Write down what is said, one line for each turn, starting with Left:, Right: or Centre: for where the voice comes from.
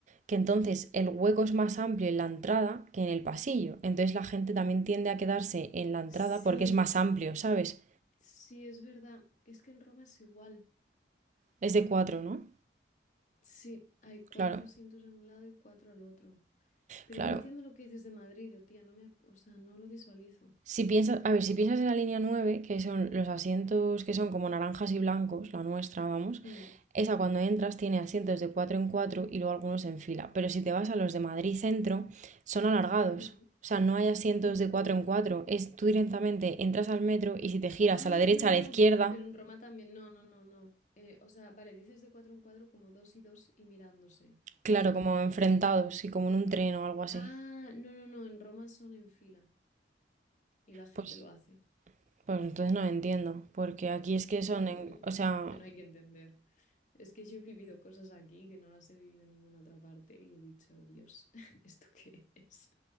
Right: que entonces el hueco es más amplio en la entrada que en el pasillo. Entonces la gente también tiende a quedarse en la entrada
Left: Sí,
Right: porque es más amplio, ¿sabes?
Left: sí, es verdad. Es que en Roma es igual.
Right: Es de 4, ¿no?
Left: Sí, hay cuatro
Right: Claro,
Left: asientos en un lado y cuatro al otro. Pero
Right: claro.
Left: no entiendo lo que dices de Madrid, oh, tía. No me, ac- o sea, no lo visualizo.
Right: Si piensas, a ver, si piensas en la línea 9, que son los asientos que son como naranjas y blancos, la nuestra, vamos,
Left: Mm,
Right: esa cuando entras tiene asientos de 4 en 4 y luego algunos en fila. Pero si te vas a los de Madrid Centro, son alargados.
Left: ujú,
Right: O sea, no hay asientos
Left: mm.
Right: de 4 en 4. Es tú directamente entras al metro y si te giras
Left: Ah,
Right: a la derecha,
Left: no,
Right: a la
Left: no.
Right: izquierda,
Left: Pero en Roma también. No, no, no, no. Eh, o sea, vale, dices de cuatro en cuatro como dos y dos y mirándose.
Right: claro,
Left: ¿A eso te
Right: como
Left: refieres?
Right: enfrentados y como en un tren o algo así.
Left: Ah, no, no, no. En Roma son en fila y la gente
Right: Pues,
Left: lo hace.
Right: pues entonces no lo entiendo. Porque aquí es que
Left: No,
Right: son en,
Left: hombre,
Right: o sea,
Left: que no hay que entender. Es que yo he vivido cosas aquí que no las he vivido en ninguna otra parte y he dicho, Dios, <laughs> ¿esto qué es?